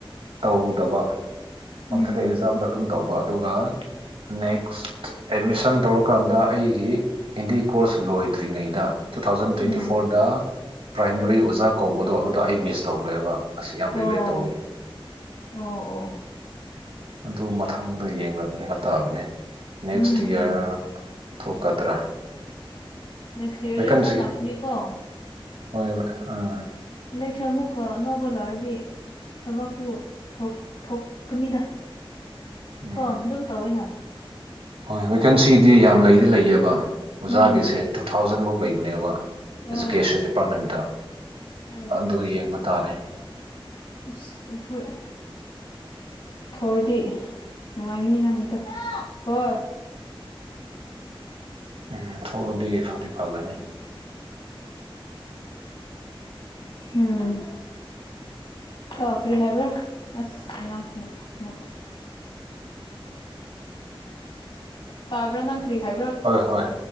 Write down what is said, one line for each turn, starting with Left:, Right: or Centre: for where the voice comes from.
Right: ꯇꯧꯗꯕ ꯀꯝꯊꯗ
Left: ꯎꯝ
Right: ꯑꯦꯛꯖꯥꯝꯗ ꯑꯗꯨꯝ ꯇꯧꯕ ꯑꯗꯨꯒ ꯅꯦꯛꯁ ꯑꯦꯗꯃꯤꯁꯟ ꯇꯧꯔꯀꯥꯟꯗ ꯑꯩꯒꯤ ꯍꯤꯟꯗꯤ ꯀꯣꯔꯁ ꯂꯣꯏꯗ꯭ꯔꯤꯉꯩꯗ ꯇꯨ ꯊꯥꯎꯖꯟ ꯇ꯭ꯋꯦꯟꯇꯤ
Left: ꯎꯝ
Right: ꯐꯣꯔꯗ ꯄ꯭ꯔꯥꯏꯃꯔꯤ ꯑꯣꯖꯥ ꯀꯧꯕꯗꯣ ꯑꯗꯨꯗ ꯑꯩ ꯃꯤꯁ ꯇꯧꯈ꯭ꯔꯦꯕ ꯑꯁ ꯌꯥꯝ ꯔꯤꯒ꯭ꯔꯦꯠ
Left: ꯑꯣ
Right: ꯇꯧꯋꯦ
Left: ꯑꯣ ꯑꯣ
Right: ꯑꯗꯨ ꯃꯊꯪꯗ ꯌꯦꯡꯂꯛꯕ ꯇꯥꯕꯅꯦ ꯅꯦꯛꯁ
Left: ꯎꯝ
Right: ꯏꯌꯥꯔ
Left: ꯎꯝ
Right: ꯊꯣꯛꯀꯗ꯭ꯔꯥ
Left: ꯅꯦꯛꯁ ꯏꯌꯥꯔ
Right: ꯚꯦꯀꯟꯁꯤ
Left: ꯂꯦꯛꯁꯟ ꯂꯛꯃꯤ ꯀꯣ
Right: ꯍꯣꯏ ꯑꯥ
Left: ꯏꯂꯦꯛꯁꯟ ꯑꯃꯨꯛꯀ ꯑꯅꯧꯕꯥꯂꯥꯛꯑꯗꯤ ꯊꯕꯛꯁꯨ ꯊꯣꯛꯀꯅꯤꯗ
Right: ꯎꯝ
Left: ꯀꯣ ꯑꯗꯨꯝ ꯇꯧꯏꯅ
Right: ꯍꯣꯏ ꯋꯦꯀꯦꯟꯁꯤꯗꯤ ꯌꯥꯝ ꯂꯩꯗꯤ ꯂꯩꯌꯦꯕ ꯑꯣꯖꯥꯒꯤꯁꯦ
Left: ꯎꯝ
Right: ꯇꯨ ꯊꯥꯎꯖꯟ ꯃꯨꯛ ꯂꯩꯕꯅꯦꯕ ꯑꯦꯖꯨꯀꯦꯁꯟ
Left: ꯑꯣ
Right: ꯗꯤꯄꯥꯔꯠꯃꯦꯟꯇ
Left: ꯎꯝ
Right: ꯑꯗꯨ ꯌꯦꯡꯕ ꯇꯥꯔꯦ
Left: ꯑꯁ ꯍꯣꯏ ꯊꯣꯑꯗꯤ ꯅꯨꯡꯉꯥꯏꯒꯅꯤ ꯅꯪꯒꯤꯗꯣ ꯍꯣꯏ
Right: ꯎꯝ ꯊꯣꯛꯑꯗꯤ ꯐꯗꯤ ꯐꯒꯅꯤ
Left: ꯎꯝ ꯑ ꯀꯔꯤ ꯍꯥꯏꯕ꯭ꯔꯥ ꯑꯁ ꯑꯉꯥꯡꯁꯤꯅ ꯑꯃꯨꯛꯀ ꯇꯥꯕ꯭ꯔꯥ ꯅꯪ ꯀꯔꯤ ꯍꯥꯏ
Right: ꯍꯣꯏ ꯍꯣꯏ